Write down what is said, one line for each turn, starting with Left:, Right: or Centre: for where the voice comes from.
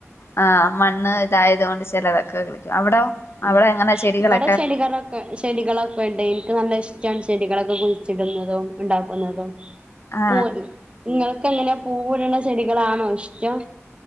Left: ആ മണ്ണ് ഇതായതുകൊണ്ട് ചെലതൊക്കെ കിളിക്കൂ, അവിടോ? അവടെ
Right: ഉം
Left: എങ്ങനാ ചെടികള്
Right: ഇവിടെ ചെടികളൊക്കെ ചെടികളൊക്കെ ഇണ്ട് എനിക്ക് നല്ല ഇഷ്ടാ ചെടികളൊക്കെ കുഴിച്ചിടുന്നതും ഉണ്ടാക്കുന്നതും
Left: ആ
Right: <unintelligible> നിങ്ങൾക്ക് എങ്ങനാ? പൂവിടണ ചെടികളാണോ ഇഷ്ടം?